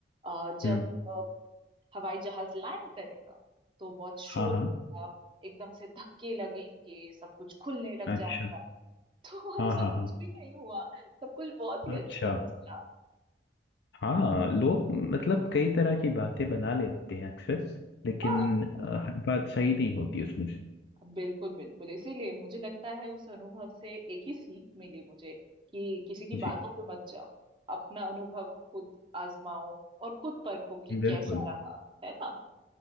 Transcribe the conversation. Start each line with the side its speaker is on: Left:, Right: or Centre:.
Right: अ, जब
Left: हम्म
Right: अ, हवाई जहाज लैंड करेगा तो बहुत शोर
Left: हाँ हाँ
Right: होगा एकदम से धक्के लगेंगे सब कुछ खुलने लग
Left: अच्छा
Right: जाएगा तो <laughs>
Left: हाँ
Right: ऐसा
Left: हाँ
Right: कुछ
Left: हाँ
Right: भी नहीं हुआ सब कुछ बहुत ही
Left: अच्छा
Right: अच्छे से चला
Left: हाँ लोग मतलब कई तरह की बातें बना लेते हैं अक्सर लेकिन
Right: हाँ
Left: अ, हर बात सही नहीं होती उसमें से
Right: बिल्कुल बिल्कुल इसीलिए मुझे लगता है उस अनुभव से एक ही सीख मिली मुझे कि किसी की
Left: जी
Right: बातों पे मत जाओ अपना अनुभव खुद आजमाओ और खुद परखो कि
Left: बिल्कुल
Right: कैसा रहा है ना